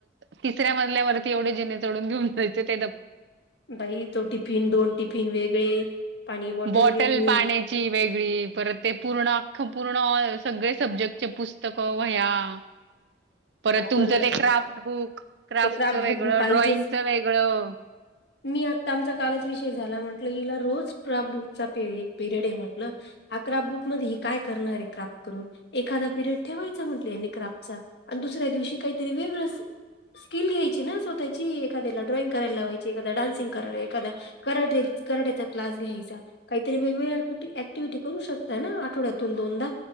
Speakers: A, on the right; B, on the left.
A: तिसऱ्या मजल्यावरती एवढे जिणे चोढून घेऊन जायचे ते..
B: बाई तो टिफिन दोन टिफिन वेगळे पाणी
A: बॉटल...
B: वेगळी
A: पाण्याची वेग... ग परत ते पूर्ण सगळे सब्जेक्टचे पुस्तक वह्या <unintelligible> परत
B: अवघड
A: तुमचं
B: झालंय
A: ते क्राफ्ट बुक क्राफ्टचं
B: ते क्राफ्ट
A: वेगळं
B: बुक पाहिजेच
A: ड्रॉइंगचं वेगळं...
B: मी आता आमचा कालच विषय झाला म्हटलं. हिला रोज क्रॉपबुकचा एक पिरियड आहे म्हंटलं अकरा बुक मधी ही काय करणार आहे काम.. एखादा पिरियड ठेवायचा म्हटलं क्रापचा आणि दुसऱ्या दिवशी काहीतरी वेगळं.. स्किल घ्यायची ना स्वतःची एखाद्याला ड्रॉइंग करायला लावायची एखाद्याला डान्सिंग करायला एखाद्याला कराठे... कराठीचा क्लास घ्यायचा काहीतरी वेगवेगळ्या ऍक्टिव्हटी करू शकता ना आठवड्यातून दोनदा...